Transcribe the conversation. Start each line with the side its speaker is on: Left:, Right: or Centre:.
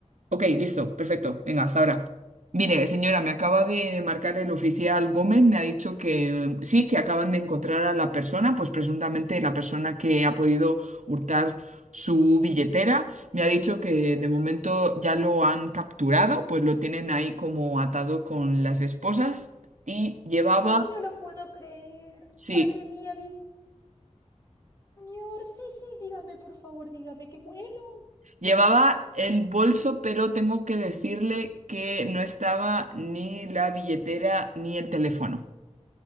Right: Ok, listo, perfecto. Venga, hasta ahora. Mire, señora, me acaba de marcar el oficial Gómez, me ha dicho que sí, que acaban de encontrar a la persona, pues presuntamente la persona que ha podido hurtar su billetera. Me ha dicho que de momento ya lo han capturado, pues lo tienen ahí como atado con las esposas y llevaba,
Left: Ay, no lo puedo creer.
Right: sí,
Left: Madre mía, bien- señor. Sí, sí, dígame, por favor, dígame, qué bueno.
Right: llevaba el bolso, pero tengo que decirle que no estaba ni la billetera ni el teléfono.